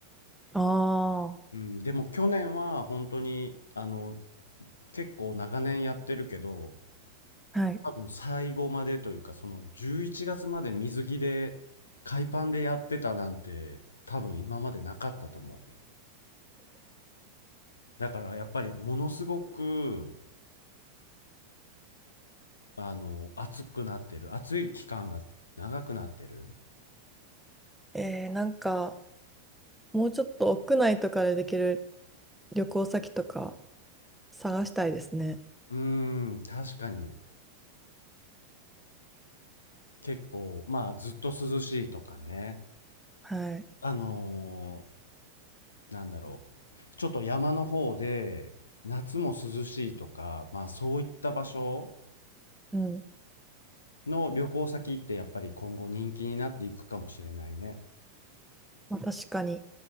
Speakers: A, in the centre; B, on the left.
A: あ
B: うん、でも去年は本当に、あの、結構長年やってるけど、
A: あ、はい。
B: 多分最後までというか、その11月まで水着で、海パンでやってたなんて、多分今までなかったと思う。だからやっぱりものすごく、あの、暑くなってる。暑い期間が長くなってる。
A: えー、なんか、もうちょっと屋内とかでできる旅行先とか探したいですね。
B: うーん、確かに結構、まあずっと涼しいとかね。
A: はい。
B: あのーなんだろう。ちょっと山の方で、夏も涼しいとか、まあそういった場所
A: うん。
B: の旅行先ってやっぱり今後人気になっていくかもしれないね。
A: まあ、確かに。